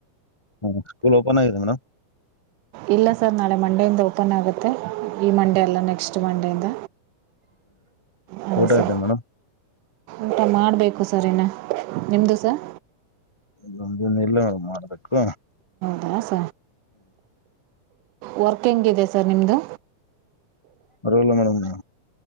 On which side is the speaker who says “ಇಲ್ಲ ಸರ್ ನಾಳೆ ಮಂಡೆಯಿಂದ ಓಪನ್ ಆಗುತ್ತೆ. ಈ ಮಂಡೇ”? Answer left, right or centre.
Right